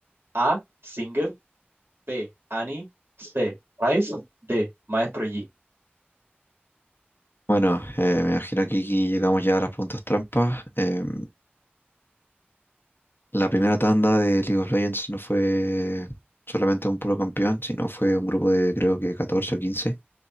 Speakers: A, on the right (about 70°); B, on the left (about 60°).
A: A. Singer. B. Annie. C. Rice. D. Maestro Yi.
B: Bueno, eh, me imagino que aquí llegamos ya a las preguntas trampas. Em, la primera tanda de League of Legends no fue solamente un puro campeón, sino fue un grupo de creo que catorce o quince